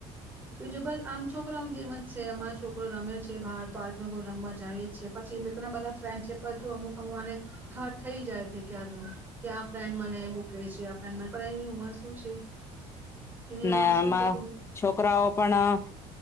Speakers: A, on the right; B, on the left.
A: બીજું બસ આમ છોકરા ઓન જેમ જ છે અમારા છોકરો રમે છે બહાર પાર્કમાં બહુ રમવા જાય છે પછી મિતના બધા ફ્રેન્ડ છે પણ અમુક અમુક આને હાર થઈ જાય છે ક્યારનું કે આ ફ્રેન્ડ મને મૂકે છે. પણ એમની ઉંમર શું છે? એની
B: ના
A: ઉંમર શું
B: એમાં
A: છે કે
B: છોકરાઓ પણ